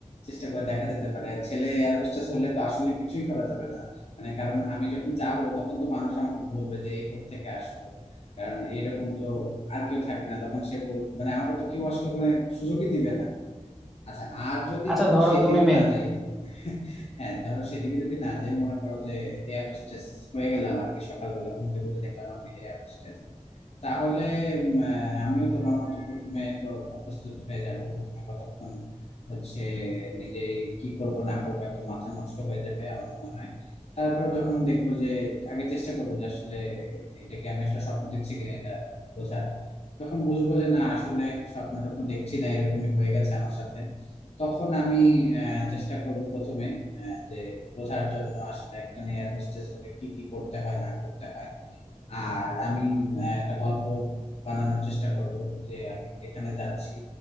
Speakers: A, on the left; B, in the centre.
A: চেষ্টা করে দেখা যেতে পারে ছেলে এয়ার হোস্টেস হলে তো আসলে কিছুই করা যাবে না মানে কারণ আমি যখন যাব তখন তো মানুষ আমাকে বলবে যে এই থেকে আসলো কারণ এইরকম তো আর কেউ থাকবে না তখন সে বল- মানে আমাকে তো কেউ আসলে ওখানে সুযোগই দিবে না আচ্ছা আর যদি
B: আচ্ছা ধরো
A: সেই
B: তুমি
A: দিকে
B: মেয়ে
A: না যাই <laughs> হ্যাঁ ধরো সেদিকে যদি না যাই মনে করো যে এয়ার হোস্টেস হয়ে গেলাম আর কি সকালবেলা ঘুম থেকে উঠে দেখলাম আমি এয়ার হোস্টেস তাহলে উম, আহ, আমিও তোমার মতো প্রথমে তো প্রস্তুত হয়ে যাব প্রথমে কতক্ষণ হচ্ছে নিজে কি করব না করবো একদম মাথা নষ্ট হয়ে যাবে আমার মনে হয় তারপর যখন দেখবো যে আগে চেষ্টা করবো যে আসলে এটাকে আমি আসলে স্বপ্ন দেখছি কিনা এটা বোঝার যখন বুঝবো যে না আসলে স্বপ্ন টপ্ন দেখছি না এরকমই হয়ে গেছে আমার সাথে তখন আমি আহ, চেষ্টা করব প্রথমে আহ, যে বোঝার জন্য আসলে একটা নিয়ে হোস্টেস হলে কি কি করতে হয় না করতে হয় আর আমি উম, একটা গল্প বানানোর চেষ্টা করব যে আমি যেখানে যাচ্ছি